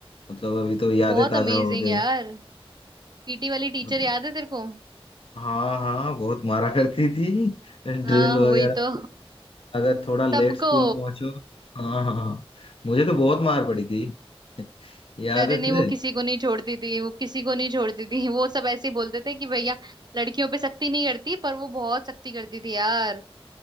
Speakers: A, on the left; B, on the right.
A: मतलब अभी तो यादें
B: बहुत
A: ताजा
B: अमेजिंग
A: हो गई
B: यार पीटी वाली टीचर
A: मतलब
B: याद है तेरे को
A: हाँ हाँ बहुत मारा करती थी ड्रिल
B: हाँ वही
A: वगैरह
B: तो
A: अगर थोड़ा लेट
B: सबको
A: स्कूल पहुंचो हाँ हाँ हाँ। मुझे तो बहुत मार पड़ी थी <laughs> याद
B: अरे
A: है
B: नहीं
A: तुझे
B: वो किसी को नहीं छोड़ती थी वो किसी को नहीं छोड़ती थी वो सब ऐसे ही बोलते थे कि भैया लड़कियों पे सख्ती नहीं करती पर वो बहुत सख्ती करती थी यार